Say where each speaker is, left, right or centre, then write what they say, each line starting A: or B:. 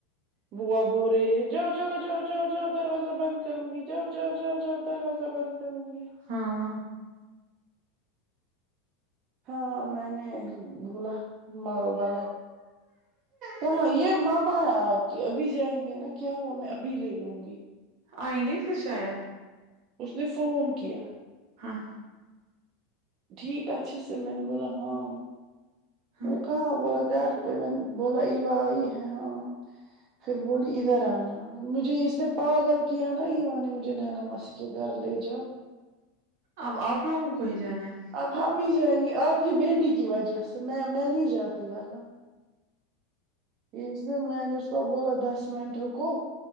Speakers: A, on the right; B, on the right.
A: بوا بول رہی ہے جاؤ چلو جاؤ جاؤ جؤ دروازہ بند کروں گی جاؤ جاؤ جاؤ جاؤ دروازہ بند کروں گی
B: ہاں
A: ہاں میں نے بولا مارو با ہاں ہاں یے ماما ہے آپ کی ابھی جائیں گے نا کیا ہوا میں ابھی لے لوں گی
B: آئینے پھر شاید
A: اس نے فون کیا
B: ہاں
A: ٹھیک اچھے سے میں نے بولا ہاں
B: ہاں
A: وہ کہاں بولا گھر پے میں بولا ایوا آئی ہے ہاں پھر بولی ادھر آنا مجھے اس نے پاگل کیا ہے نا ایوا مجھے نینا ماسی کی گھر لے جاو آپ
B: اب آپ لوگوں کو ہی جانا ہے
A: اب ہم ہی جائیں گے آپ کی بیٹی کی وجہ سے میں میں نہیں جاتی ورنہ اس نے میں نے اس کو بولا دس منٹ رکو